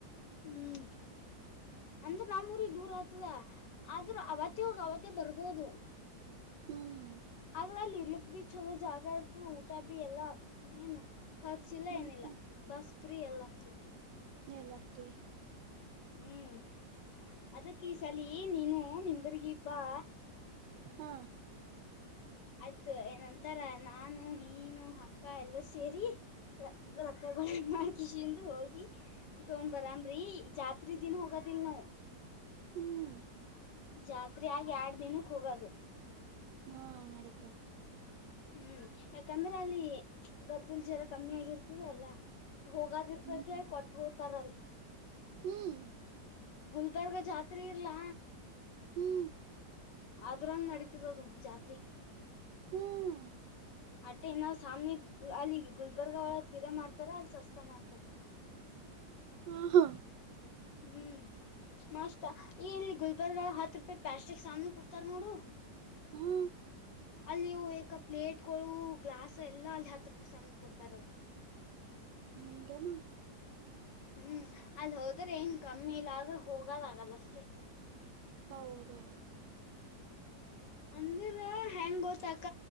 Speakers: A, on the left; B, on the right.
A: ಹ್ಮ್ ಅಂದ್ರ ನಮ್ಮೂರಗೆ ದೂರ ಆತದ ಆದ್ರ ಅವತ್ತ ಹೋಗಿ ಅವತ್ತ ಬರ್ಬೋದು.
B: ಹ್ಮ್.
A: ಆದ್ರ ಅಲ್ಲಿ ಇರ್ಲಿಕ್ ಬಿ ಛಲೋ ಜಾಗ ಇರ್ತದ ಊಟ ಬಿ ಎಲ್ಲಾ ಏನು. ಖರ್ಚ ಇಲ್ಲ
B: ಹ್ಮ್
A: ಏನಿಲ್ಲ
B: ಹ್ಮ್
A: ಬಸ್ ಫ್ರೀ ಎಲ್ಲ ಫ್ರೀ.
B: ಎಲ್ಲ ಫ್ರೀ.
A: ಹ್ಮ್ ಅದಕ್ಕ ಈ ಸಲಿ ನೀನು ನಿಬರಿಗಿ ಬ್ಬಾ.
B: ಹ್ಮ.
A: ಆಯ್ತು ಏನಂತಾರ ನಾನು ನೀನು ಅಕ್ಕ ಎಲ್ಲರೂ ಸೇರಿ ರೊಕ್ಕ ಮಾಡ್ಕಿಸ ಅಂದ್ರ ಹೋಗಿ ತಗೊಂಡ್ ಬರಾಮ್ರಿ ಜಾತ್ ದಿನ ಹೋಗತ್ ತಿನ್ನು
B: ಹ್ಮ್
A: ಜಾತ್ರೆ ಆಗಿ ಎರಡ್ ದಿನಕ್ಕೆ ಹೋಗೋದು
B: ಹಾ ನಡಿತ
A: ಹ್ಮ್ ಯಾಕಂದ್ರೆ ಅಲ್ಲಿ ಗದ್ದಲ್ ಜ್ವರ ಕಮ್ಮಿ ಆಗಿರ್ತದೆ ಅಲ್ಲ ಹೋಗದಿರ್ತತಿ
B: ಹ್ಮ್
A: ಕೊಟ್ಟ ಹೋತಾರಲ್ಲಿ
B: ಹ್ಮ್
A: ಗುಲ್ಬರ್ಗ ಜಾತ್ರೆ ಇರ್ಲಾ
B: ಹ್ಮ್
A: ಅದರಂಗ ನಡಿತದುು ಜತ್ರಿ
B: ಹ್ಮ್
A: ಅಟ್ಟೆ ನಾವ್ ಸಾಮ್ ಅಲ್ಲಿ ಗುಲ್ಬರ್ಗಾ ಒಳ ಪಿರ ಮ್ತಾರ ಅಲ್ಲಿ ಸಸ್ತ ಮ್ತಾರ
B: ಹ್ಮ ಹಾ
A: ಹ್ಮ್ ಮಸ್ತ್ ಈ ಇಲ್ಲಿ ಗುಲ್ಬರ್ಗ ಹತ್ ರೂಪಾಯಿ ಪ್ಯಾಸ್ಟಿಕ್ ಸಾಮನ್ ಕೊಡ್ತಾರ ನೋಡು
B: ಹಾ
A: ಅಲ್ಲಿ ಏಕ ಪ್ಲೇಟ್ಗಳು ಗ್ಲಾಸ್ ಎಲ್ಲಾ ಅಲ್ಲಿ ಹತ್ತು ರೂಪಾಯಿ ಸಮಯ ಕೊಡ್ತಾರ ಅವ
B: ನಿಗೆನು
A: ಹ್ಮ್ ಅಲ್ಲಿ ಹೋದ್ರೆ ಏನ್ ಕಮ್ಮಿ ಇಲ್ಲ ಆದ್ರೂ ಹೋಗದ ಆಗಲ್ಲ ಅಷ್ಟೇ
B: ಹೌದೌದು
A: ಅಂದ್ರ ಹಯಾಂಗ ಓತಕ್ಕ